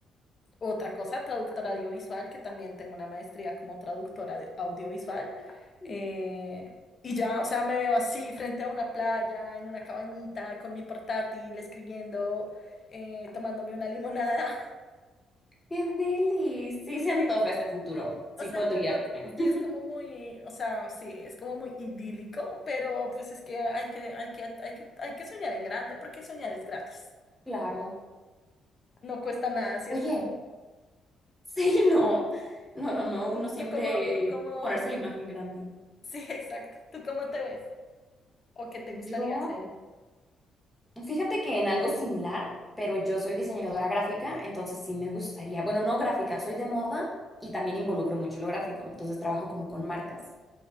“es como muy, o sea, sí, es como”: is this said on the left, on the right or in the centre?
Left